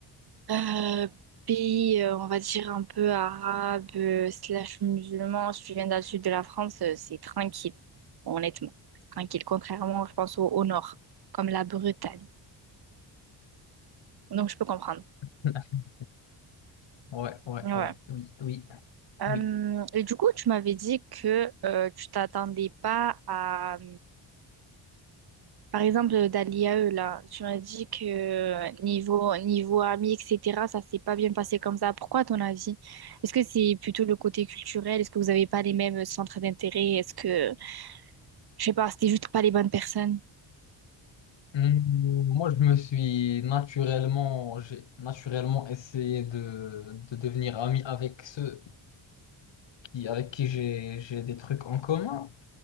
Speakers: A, on the right; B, on the left.
A: euh, pays, euh, on va dire, un peu arabe, euh, slash musulman, si tu viens dans le sud de la France, euh, c'est tranquille, honnêtement, c'est tranquille, contrairement, je pense, au, au nord, comme la Bretagne. Donc, je peux comprendre.
B: <laughs> Ouais, ouais,
A: Ouais.
B: ouais, oui, oui,
A: Euh,
B: oui.
A: et du coup, tu m'avais dit que euh, tu t'attendais pas à Par exemple, dans l'IAE, là, tu m'as dit que euh, niveau, niveau ami, etc., ça s'est pas bien passé comme ça. Pourquoi, à ton avis? Est-ce que c'est plutôt le côté culturel? Est-ce que vous n'avez pas les mêmes centres d'intérêt? Est-ce que, je sais pas, c'était juste pas les bonnes personnes?
B: Hum, moi, je me suis naturellement, j'ai naturellement essayé de, de devenir ami avec ceux qui, avec qui j'ai, j'ai des trucs en commun.